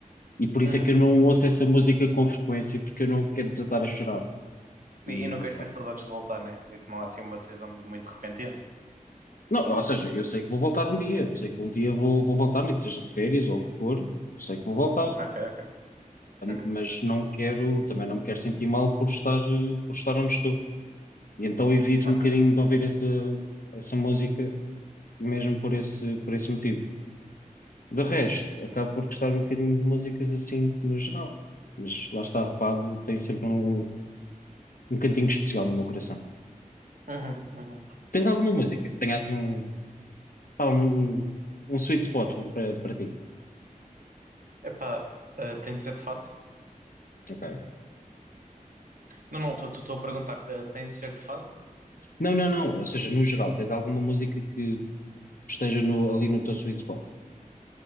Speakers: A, on the left; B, on the right.
A: E por isso
B: Uhum.
A: é que eu não ouço essa música com frequência, porque eu não quero desatar a chorar.
B: E,
A: E
B: e não queres
A: pronto.
B: ter saudades de voltar, né? De tomar assim uma decisão muito, muito repentina.
A: Não, ou seja, eu sei que vou voltar um dia, sei que um dia vou, vou voltar, nem que seja de férias ou o que for, sei que vou voltar,
B: Ok, ok. Uhum,
A: mas não quero, também não me quero sentir mal por estar, eh, por estar onde estou. E então evito
B: ok.
A: um bocadinho de ouvir essa, essa música, mesmo por esse, por esse motivo. De resto, acabo por gostar um bocadinho de músicas assim no geral, mas lá está, fado tem sempre um, um cantinho especial no meu coração.
B: Uhum, uhum.
A: Tens alguma música que tenha assim um, pá, um, um, um sweet spot para para ti.
B: Epá, ah, tem de ser de fado?
A: Ok.
B: Não, não, estou a perguntar, ah, tem de ser de fado?
A: Não, não, não. Ou seja, no geral, tens alguma música que esteja no- ali no teu sweet spot.